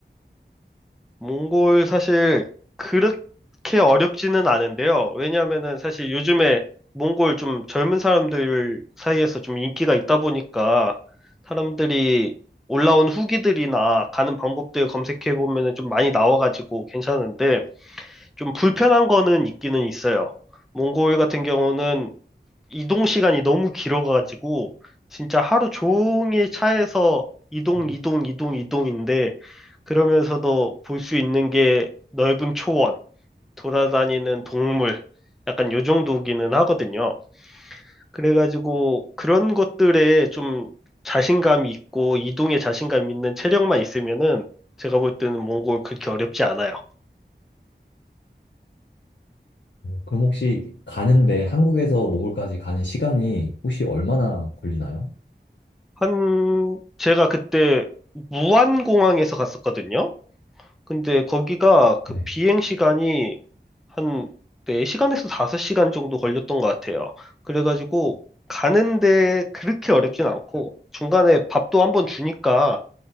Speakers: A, in the centre; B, on the left.
A: 몽골 사실 그렇게 어렵지는 않은데요. 왜냐하면은 사실 요즘에 몽골 좀 젊은 사람들 사이에서 좀 인기가 있다 보니까 사람들이 올라온 후기들이나 가는 방법들 검색해 보면은 좀 많이 나와가지고 괜찮은데 좀 불편한 거는 있기는 있어요. 몽골 같은 경우는 이동 시간이 너무 길어가지고 진짜 하루 종일 차에서 이동,
B: 음.
A: 이동, 이동, 이동인데 그러면서도 볼 수 있는 게 넓은 초원, 돌아다니는 동물, 약간 요 정도기는 하거든요. 그래가지고 그런 것들에 좀 자신감이 있고 이동에 자신감 있는 체력만 있으면은 제가 볼 때는 몽골 그렇게 어렵지 않아요.
B: 그럼 혹시 가는데 한국에서 몽골까지 가는 시간이 혹시 얼마나 걸리나요?
A: 한 제가 그때 무안공항에서 갔었거든요. 근데 거기가 그
B: 네.
A: 비행 시간이 한 4시간에서 5시간 정도 걸렸던 것 같아요. 그래가지고 가는데 그렇게 어렵진 않고 중간에 밥도 한번 주니까